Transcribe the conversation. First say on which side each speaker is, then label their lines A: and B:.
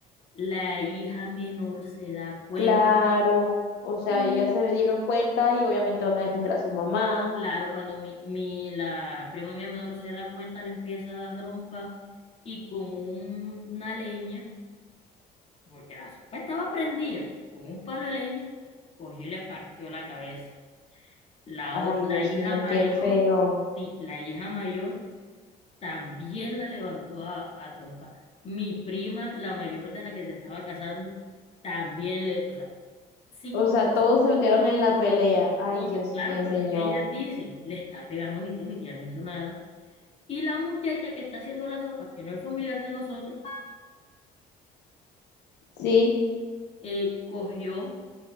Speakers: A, on the left (about 35°); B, on the left (about 80°).
A: La hija menor se da cuenta
B: Claro, o sea,
A: y
B: ellas se dieron cuenta y obviamente van a defender a su mamá.
A: claro, cuando mi, mi, la prima mía menor se da cuenta, le empieza a dar trompa y con una leña, porque la sopa estaba prendida, con un palo de leña, cogió y le partió la cabeza. La,
B: Ay,
A: o- la
B: Dios
A: hija
B: mío,
A: mayor,
B: qué feo.
A: sí, la hija mayor también la levantó a, a trompa. Mi prima, la mayor de la que se estaba casando, también le, o sea, cinco
B: O sea,
A: personas
B: todos se metieron en la pelea. Ay,
A: Contra,
B: Dios
A: claro,
B: mío,
A: porque
B: señor.
A: es que ellas dicen, le está pegando a mi tía, mi tía no hizo nada. Y la muchacha que está haciendo la sopa, que no es familiar de nosotros,
B: Sí,
A: eh, cogió